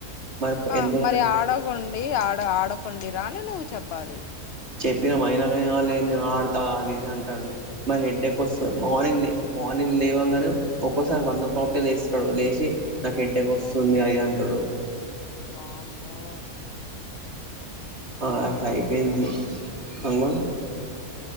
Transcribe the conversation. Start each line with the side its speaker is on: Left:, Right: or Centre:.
Right: మరి
Left: ఆ
Right: ఎందుకు
Left: మరి ఆడగొండి ఆ ఆడకొండిరా అని నువ్వు చెప్పాలి
Right: చెప్పినాము అయినాకైనా ఆ లేదు నేను ఆడతా అది అంటాండు మరి హెడ్డెక్ వస్తది మార్నింగ్ లేవ్ మార్నింగ్ లేవంగానే ఒక్కోసారి వన్ ఓ క్లాకే లేస్తాడు లేషి నాకు హెడ్డెక్ వస్తుంది అది ఇది అంటడు
Left: వామ్మో
Right: ఆ అట్లా అయిపోయింది బంగ